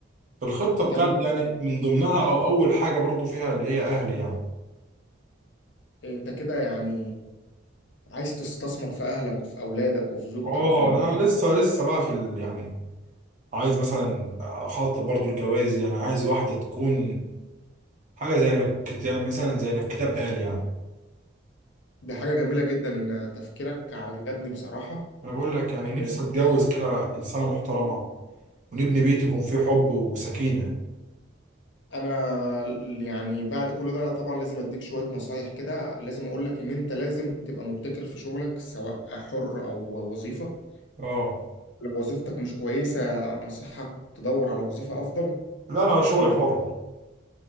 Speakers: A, on the right; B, on the left.
A: فالخطة
B: جميل
A: بتاعتي يعني
B: جدا.
A: من ضمنها او اول حاجة برضو فيها اللي هي اهلي يعني
B: انت كده يعني عايز تستثمر في اهلك وفي اولادك وفي زوجتك
A: اه
B: وفي مراتك
A: انا لسه لسه بقى في ال يعني عايز مثلا اخطط برضو الجواز يعني عايز واحدة تكون حاجة زي ما الكتاب مثلا زي ما الكتاب قال يعني
B: دي حاجة جميلة جدا ان تفكيرك عجبني بصراحة
A: انا بقول لك يعني
B: إيه،
A: نفسي اتجوز كده انسانه محترمه ونبني بيت يكون فيه حب وسكينه
B: انا يعني بعد كل ده انا طبعا لازم اديك شوية نصايح كده لازم اقول لك ان انت لازم تبقى مبتكر في شغلك سواء حر او وظيفة
A: اه
B: لو وظيفتك مش كويسة انصحك تدور على وظيفة افضل
A: لا انا شغلي
B: و...
A: حر